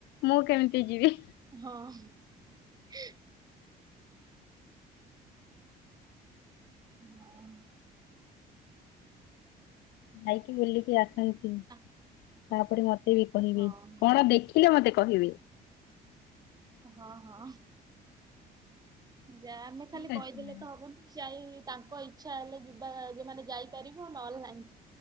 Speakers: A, on the left (about 80°); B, on the right (about 25°).
A: ମୁଁ କେମିତି ଯିବି।
B: ହଁ। ହଁ।
A: ଯାଇକି ବୁଲିକି ଆସନ୍ତି
B: ଆ
A: ତାପରେ ମତେ ବି କହିବେ
B: ହଁ।
A: କଣ ଦେ ଖିଲେ ମତେ କହିବେ?
B: ହଁ ହଁ। ଯା ଆ ଆମେ
A: ଠିକ୍
B: ଖାଲି କହିଦେଲେ
A: ଅଛି ମ୍ୟାଡ଼ାମ୍
B: ତ ହବନି ଯାଇ ତାଙ୍କ ଇ ଆଚ୍ଛା ହେଲେ ଯିବା ମାନେ ଯାଇପାରିବ ନହେଲେ ନାହିଁ